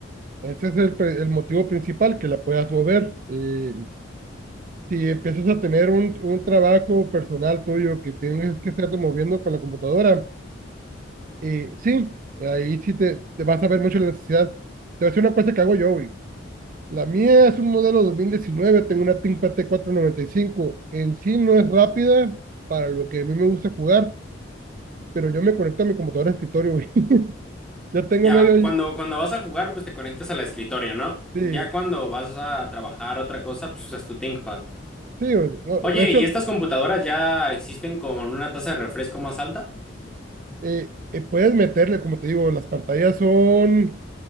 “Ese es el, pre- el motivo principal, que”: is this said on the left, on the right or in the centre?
Right